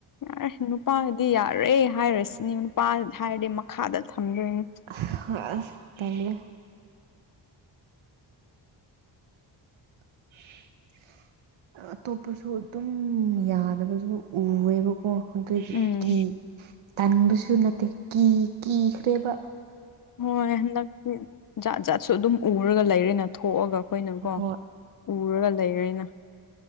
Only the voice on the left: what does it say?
ꯌꯥꯔꯦ ꯅꯨꯄꯥꯒꯗꯤ ꯌꯥꯔꯦ ꯍꯥꯏꯔꯁꯤꯅꯤ ꯅꯨꯄꯥ ꯍꯥꯏꯔꯗꯤ ꯃꯈꯥꯗ ꯊꯝꯗꯣꯏꯅꯤ
ꯎꯝ
ꯍꯣꯏ ꯍꯟꯗꯛꯇꯤ ꯖꯥꯠ ꯖꯥꯠꯁꯨ ꯑꯗꯨꯝ ꯎꯔꯒ ꯂꯩꯔꯦꯅ ꯊꯣꯛꯑꯒ ꯑꯈꯣꯏꯅꯀꯣ
ꯎꯔꯒ ꯂꯩꯔꯦꯅ